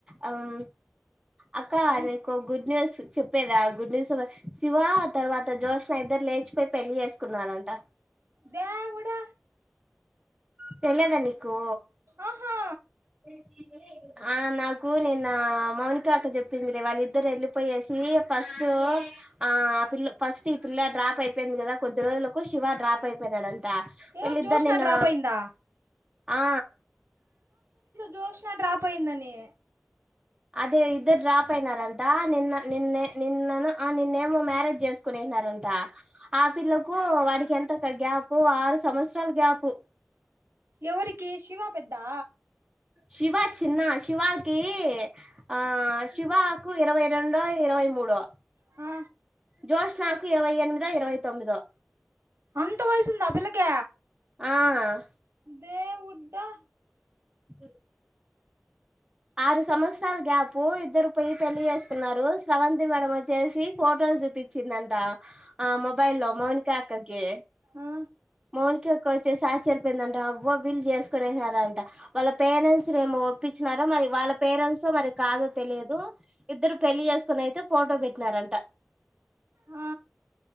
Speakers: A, on the right; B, on the right.
A: అం అక్క
B: ఏం
A: నీకో గుడ్ న్యూస్ చెప్పేదా గుడ్ న్యూస్ శివ తర్వాత జోష్న ఇద్దర్లేచిపోయి పెళ్లిి చేసుకున్నారంట
B: ద్యేవుడా
A: తెల్లెదా నీకు
B: ఆహా
A: తేల్వదే ఆ నాకు నిన్నా మౌనికా అక్క చెప్పిందిలే. వాళ్ళిద్దరేళ్ళిపోయేసి ఫస్ట్ ఆ ఆ పిల్ల ఫస్ట్ ఈ పిల్ల డ్రాప్ అయిపోయింది కదా కొద్ది రోజులకు శివ డ్రాప్ అయిపోయినడం ట
B: ఎవరు
A: వీళ్లిద్ధర్నిన్న
B: జోష్నా డ్రాప్ అయిందా
A: ఆ
B: జ్యోష్న డ్రాప్ అయిందని
A: అదే ఇద్దరు డ్రాపయినారంట నిన్న నిన్నే నిన్నను ఆ నిన్నేమో మ్యారేజ్ చేసుకునే పోయినారంట ఆ పిల్లకు వాడికేంతక్క గ్యాపు ఆరు సంవత్సరాలు గ్యాపు
B: ఎవరికి శివా పెద్దా
A: శివా చిన్న శివాకి కి ఆ శివాకు ఇరవై రెండో ఇరవై మూడో
B: హా
A: జోష్నాకు ఇరవై ఎనిమిదో ఇరవై తొమ్మిదో
B: అంత వయసుందా ఆ పిల్లకి
A: ఆ
B: దేవుడ్డా
A: తెల్దు. ఆరు సంవత్సరాలు గ్యాప్ ఇద్దరు పయ్యి పెళ్లి చేసుకున్నారు స్రవంతి మేడం వచ్చేసి ఫోటో చూపిచ్చిందంట ఆ మొబైల్లో మౌనికా అక్కకి
B: ఆ
A: మౌని క క్కోచ్చేసి ఆచర్యపోయిందంట అబ్బో పెళ్ళి చేసుకునేసినరంట వాళ్ళ పేరెంట్సేమో ఒప్పిచ్చినా మరి వాళ్ళ పేరెంట్సో మరి కాదో తెలియదు. ఇద్దరు పెళ్లి చేసుకునయితే ఫోటో పెట్నారంట
B: ఆ